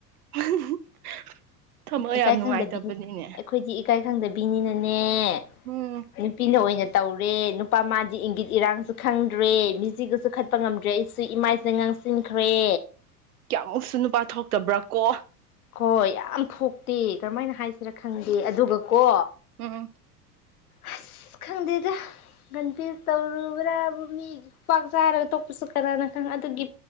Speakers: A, on the right (about 60°); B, on the left (about 60°).
A: ꯍꯝꯍꯝꯍꯝ <inaudible> ꯊꯃꯣꯏ
B: ꯏꯀꯥꯏ
A: ꯌꯥꯝ ꯅꯨꯡꯉꯥꯏꯇꯕꯅꯤꯅꯦ
B: ꯈꯪꯗꯕꯤ ꯑꯩꯈꯣꯏꯗꯤ ꯏꯀꯥꯏ ꯈꯪꯗꯕꯤꯅꯤꯅꯅꯦ
A: ꯎꯝ
B: ꯅꯨꯄꯤꯅ ꯑꯣꯏꯅ ꯇꯧꯔꯦ ꯅꯨꯄꯥ ꯃꯥꯗꯤ ꯏꯪꯒꯤꯠ ꯏꯔꯥꯡꯁꯨ ꯈꯪꯗ꯭ꯔꯦ ꯃꯤꯆꯤꯒꯁꯨ ꯈꯠꯄ ꯉꯝꯗ꯭ꯔꯦ ꯑꯩꯁꯨ ꯏꯃꯥꯏꯁꯦ ꯉꯥꯡꯁꯤꯟꯈ꯭ꯔꯦ
A: ꯀꯌꯥꯃꯨꯛꯁꯨ ꯅꯨꯄꯥ ꯊꯣꯛꯇꯕ꯭ꯔꯥ ꯀꯣ
B: ꯍꯣꯏ ꯌꯥꯝ ꯊꯣꯛꯇꯦ ꯀꯔꯝꯍꯥꯏꯅ ꯍꯥꯏꯁꯤꯔꯥ ꯈꯪꯗꯦ ꯑꯗꯨꯒ ꯀꯣ
A: ꯎꯝ
B: ꯑꯁ ꯈꯪꯗꯦꯗ ꯀꯟꯄ꯭ꯌꯥꯔ ꯇꯧꯔꯨꯕ꯭ꯔꯥ ꯃꯤ ꯈꯨꯄꯥꯛ ꯆꯥꯔꯒ ꯇꯣꯛꯄꯁꯨ ꯀꯅꯥꯅ ꯈꯪ ꯑꯗꯨꯒꯤ